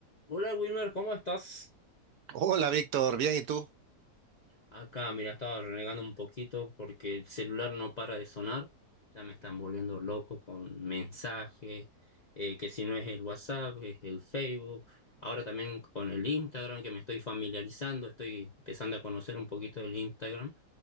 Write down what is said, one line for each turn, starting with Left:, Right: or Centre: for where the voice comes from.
Left: Hola Wilmer, ¿cómo estás?
Right: Hola Víctor, bien, ¿y tú?
Left: Acá, mira, estaba renegando un poquito porque el celular no para de sonar. Ya me están volviendo loco con mensajes, eh, que si no es el WhatsApp, es el Facebook. Ahora también con el Instagram, que me estoy familiarizando, estoy empezando a conocer un poquito del Instagram.